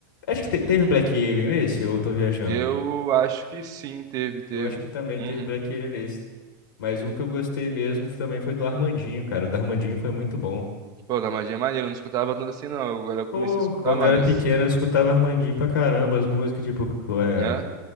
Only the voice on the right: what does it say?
Eu acho que sim, teve, teve.
Uhum.
Pô, da magia é maneiro, eu não escutava tanto assim, não. Eu- Agora eu comecei
a escutar
mais,
né?